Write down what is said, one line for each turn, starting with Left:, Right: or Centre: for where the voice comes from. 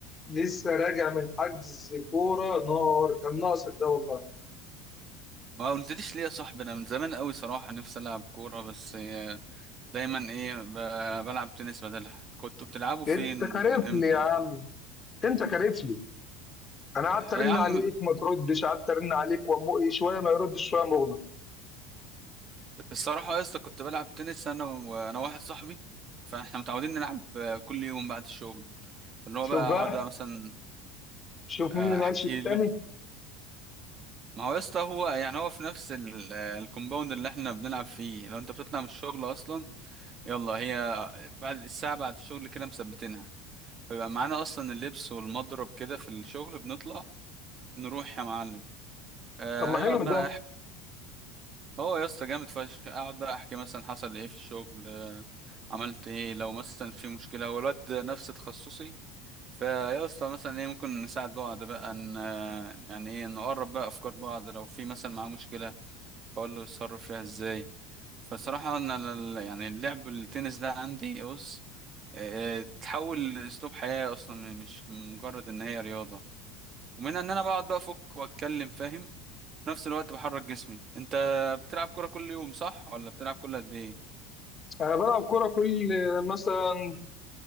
Left: لسه راجع من حجز كورة نار كان ناقصك ده والله
Right: ما قلتليش ليه يا صاحبي انا من زمان قوي صراحه نفسي العب كوره بس آه، دايما ايه ب- بلعب تنس بدلها كنتوا بتلعبوا فين
Left: انت كارف
Right: وامتى
Left: لي يا عم انت كارف لي انا قعدت
Right: يا
Left: ارن
Right: عم
Left: عليك ما تردش قعدت ارن عليك وامو ايه شويه ما يردش شويه مغلق
Right: الصراحه يا اسطى كنت بلعب تنس انا وانا واحد صاحبي فاحنا متعودين نلعب آه، كل يوم بعد الشغل اللي هو
Left: شوف
Right: بقى
Left: بقى
Right: اقعد مثلا
Left: شوف
Right: آه،
Left: مين اللي ما
Right: احكي
Left: قالش التاني
Right: له ما هو يا اسطى هو يعني هو في نفس ال- آه، الكومباوند اللي احنا بنلعب فيه لو انت بتطلع من الشغل اصلا يلا هي بعد الساعه بعد الشغل كده مثبتينها بيبقى معانا اصلا اللبس والمضرب كده في الشغل بنطلع نروح يا معلم آه
Left: طب ما
Right: يقعد
Left: حلو
Right: بقى
Left: ده
Right: يحكي هو يا اسطى جامد فشخ اقعد بقى احكي مثلا حصل ايه في الشغل آه عملت ايه لو مثلا في مشكله هو الواد ده نفس تخصصي فيا اسطى مثلا ايه ممكن نساعد بعض بقى ان آه، يعني ايه نقرب بقى افكار بعض لو في مثلا معاه مشكله اقول له يتصرف فيها ازاي فصراحه انا ال- يعني اللعب التنس ده عندي بص آه، تحول لاسلوب حياه اصلا مش مجرد ان هي رياضه ومنها ان انا بقعد بقى افك واتكلم فاهم في نفس الوقت بحرك جسمي انت بتلعب كوره كل يوم صح ولا بتلعب كل قد ايه
Left: انا بلعب كوره كل مثلا